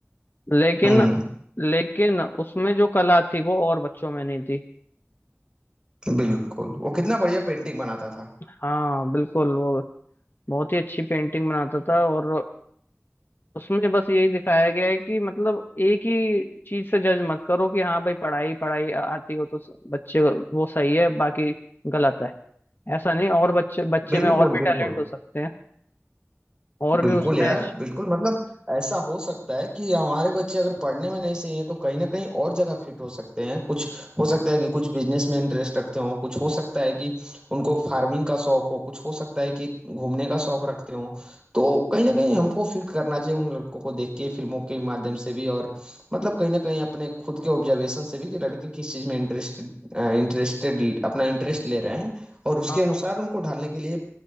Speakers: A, on the left; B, on the right.
A: लेकिन
B: हम्म
A: लेकिन उसमें जो कला थी वो और बच्चों में नहीं थी
B: बिल्कुल वो कितना बढ़िया पेंटिंग बनाता था
A: हाँ बिल्कुल वो बहुत ही अच्छी पेंटिंग बनाता था और उसमें बस यही दिखाया गया है कि मतलब एक ही चीज से जज मत करो कि हाँ भाई पढ़ाई पढ़ाई आती हो तो स- बच्चे वो सही है बाकी गलत है ऐसा नहीं और बच्चे बच्चे
B: बिल्कुल
A: में और भी
B: बिल्कुल
A: टैलेंट हो सकते हैं और
B: बिल्कुल
A: भी उसमें
B: यार
A: श-
B: बिल्कुल मतलब ऐसा हो सकता है कि हमारे बच्चे अगर पढ़ने में नहीं सही हैं तो कहीं ना कहीं और जगह फिट हो सकते हैं कुछ हो सकता है कि कुछ बिजनेस में इंटरेस्ट रखते हों कुछ हो सकता है कि उनको फार्मिंग का शौक हो कुछ हो सकता है कि घूमने का शौक रखते हों तो कहीं ना कहीं हमको फिट करना चाहिए उन लड़कों को देख के फिल्मों के माध्यम से भी और मतलब कहीं ना कहीं अपने खुद के ऑब्जर्वेशन से भी कि लड़के किस चीज़ में इंटरेस्टेड इंटरेस्टेड अपना इंटरेस्ट ले रहे हैं और उसके
A: हाँ
B: अनुसार उनको ढालने के लिए